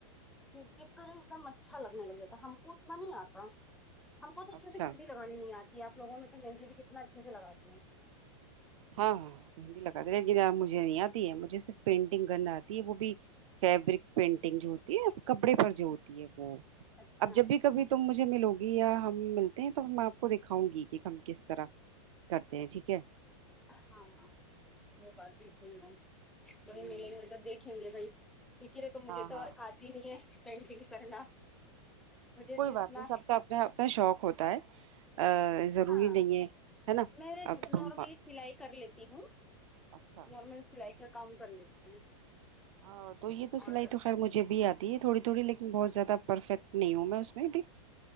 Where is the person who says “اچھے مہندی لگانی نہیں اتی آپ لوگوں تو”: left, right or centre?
Centre